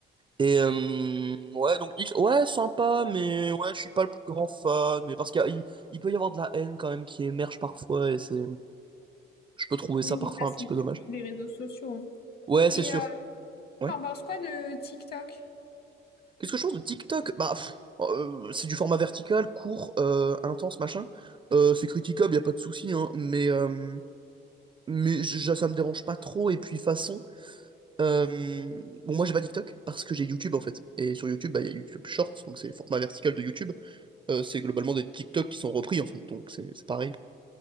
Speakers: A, on the right; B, on the left.
A: Et euh, ouais, donc X, ouais, sympa, mais ouais, je suis pas le plus grand fan. Mais parce qu'il y a- il, il peut y avoir de la haine quand même qui émerge parfois, et c'est, je peux trouver
B: Oui,
A: ça parfois
B: mais ça, c'est
A: un petit peu dommage.
B: sur tous les réseaux sociaux. hein.
A: Ouais, c'est
B: Et
A: sûr.
B: euh,
A: Ouais.
B: t'en penses quoi de TikTok?
A: Qu'est-ce que je pense de TikTok? Bah, pff, oh, euh, c'est du format vertical, court, euh, intense, machin. Euh, c'est critiquable, y a pas de souci, hein. Mais, euh, mais je- ça me dérange pas trop. Et puis façon. Euh, bon, moi j'ai pas TikTok parce que j'ai YouTube en fait. Et sur YouTube, bah, il y a YouTube Shorts, donc c'est le format vertical de YouTube. Euh, c'est globalement des TikTok qui sont repris en fait, donc c'est c'est pareil.